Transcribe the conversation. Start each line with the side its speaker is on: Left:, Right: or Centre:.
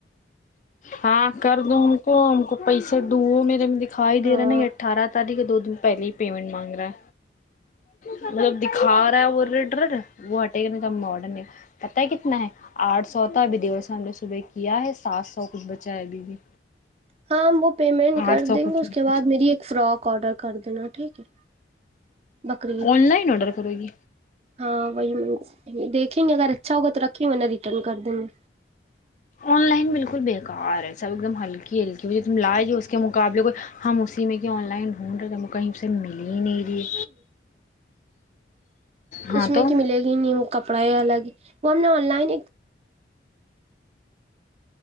Left: ہاں کر دو ہم کو ہم کو پیسہ سر ڈو میرے میں دکھائی د
Right: ہاں
Left: رہا نا یہ اٹھارہ تاریخ دو پہلے ہی پمنٹ مگ رہا مطلب دکھا رہا اور وہ ہٹے کم پتا کتنا ہے آٹھ سو ہوتا ابھی دیو سو ہم ل نےگ صبح کے کیایا ہے سات سو کچھ بچا ہے ابھی بھی
Right: ہاں وہ پیمنٹ
Left: آٹھ
Right: کر
Left: سو
Right: دیں
Left: کچھ
Right: گے اس کے
Left: کچھ
Right: بعد میری ایک فراک آرڈر کر دینا ٹھیک ہے بکری گت
Left: آن لائن آڈر کرو گی
Right: ہاں وہی م دیکھیں گے اگر اچھا ہوگا تو رکھے کی میں نے ریٹرن کر دوں گا
Left: آن لائن بالکل بےکار ہے سب ایک دم ہلکی ہلکی کہھے تم لاائی جے اس کے مقابلے کوئی ہم اسی میں کہ آن لائ لائنڈ رہ کہیں سے مل ہی نہیں رہی ہاں
Right: اس میں
Left: تو
Right: کہ ملے گی نہیں وہ کپڑا ہے الگ وہ ہم نے آن لائن ایک